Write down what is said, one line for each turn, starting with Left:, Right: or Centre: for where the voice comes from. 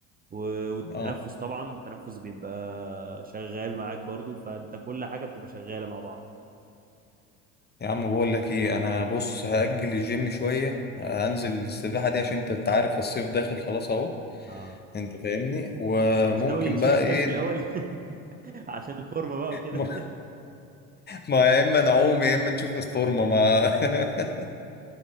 Right: و- والتنفس
Left: اه
Right: طبعا التنفس بيبقى شغال معاك برضو فأنت كل حاجة بتبقى شغالة مع بعض
Left: يا عم بقول لك ايه انا بص هاجل الجيم شويه آه، هنزل السباحه دي عشان انت أنت عارف الصيف داخل خلاص اهو
Right: اه
Left: انت فاهمني وممكن
Right: بس مش ناوي نشيل
Left: بقى
Right: الكرش
Left: ايه <laughs>
Right: الأول <laughs> عشان الفورمة بقى وكده
Left: ما ما يا اما نعوم يا اما نشوف الفورمه ما <laughs>